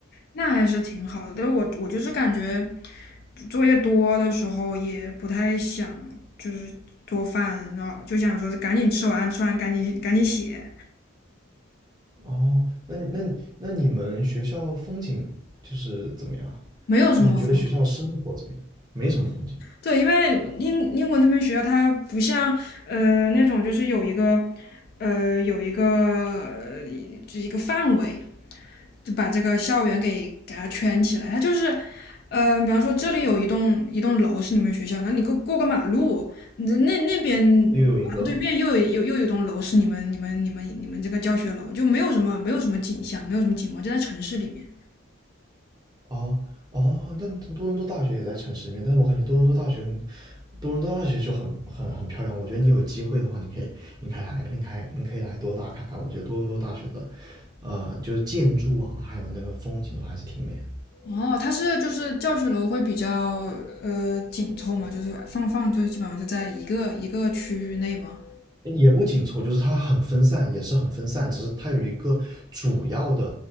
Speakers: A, on the left; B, on the right.
A: 那还是挺好的。但是我我就是感觉作业多的时候也不太想就是做饭，然后就想说赶紧吃完，吃完赶紧赶紧写。
B: 哦，那那那你们学校风景就是怎么样？
A: 没有什么方法
B: 就你觉得学校生活怎么样？没什么风景，
A: 对，因为英英国那边学校它不像呃那种就是有一个呃有一个呃就是一个范围，就把这个校园给给它圈起来。它就是，嗯，比方说这里有一栋一栋楼是你们学校，那你过过个马路，那那那边
B: 又有一个
A: 马路对面又有又又有一栋楼是你们你们你们你们这个教学楼，就没有什么没有什么景象，没有什么景观，就在城市里面。
B: 哦哦，但多伦多大学也在城市里面，但是我感觉多伦多大学很，多伦多大学就很很很漂亮。我觉得你有机会的话，你可以你可以来，你可以你可以来多大看看。我觉得多伦多大学的，呃，就是建筑啊，还有那个风景都还是挺美的。
A: 哦，它是就是教学楼会比较呃紧凑嘛，就是放放就基本上就在一个一个区域内嘛。
B: 也不紧凑，就是它很分散，也是很分散，只是它有一个主要的